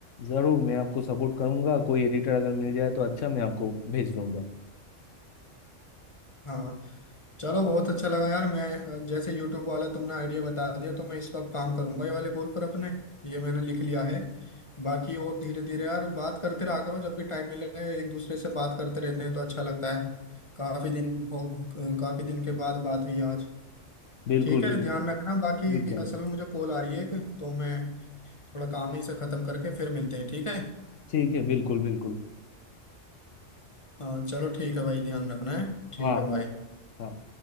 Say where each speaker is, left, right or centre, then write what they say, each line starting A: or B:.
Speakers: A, on the left; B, on the left.
A: जरूर मैं आपको सपोर्ट करूंगा कोई एडिटर अगर मिल जाए तो अच्छा मैं आपको भेज दूंगा
B: हाँ चलो बहुत अच्छा लगा यार मैं अ, जैसे यूट्यूब वाला तुमने आइडिया बता दिया तो मैं इस पर काम करूंगा ये वाले गोल पर अपने ये मैंने लिख लिया है बाकी और धीरे धीरे यार बात करते रहा करो जब भी टाइम मिले एक दूसरे से बात करते रहते हैं तो अच्छा लगता है काफी दिन हो काफी दिन के बाद बात हुई आज
A: बिल्कुल
B: ठीक है
A: बिल्कुल
B: ध्यान रखना बाकी
A: एकदम
B: असल में मुझे कॉल आ रही है एक तो मैं थोड़ा काम ही से खत्म करके फिर मिलते हैं ठीक है
A: ठीक है बिल्कुल बिल्कुल
B: हाँ चलो ठीक है भाई ध्यान रखना है ठीक
A: हाँ
B: है बाय
A: हाँ